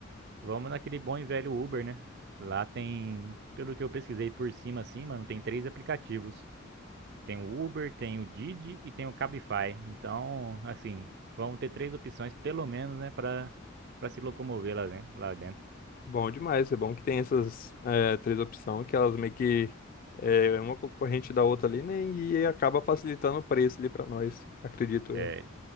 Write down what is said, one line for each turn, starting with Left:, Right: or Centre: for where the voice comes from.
Right: vamos naquele bom e velho Uber, né? Lá tem, pelo que eu pesquisei por cima assim, mano, tem três aplicativos. Tem o Uber, tem o Didi e tem o Cabify. Então, assim, vamos ter três opções pelo menos, né, para para se locomover lá, den- lá dentro.
Left: Bom demais, é bom que tem essas eh, três opções que elas meio que é uma concorrente da outra ali, né? E acaba facilitando o preço ali pra nós, acredito
Right: É,
Left: eu.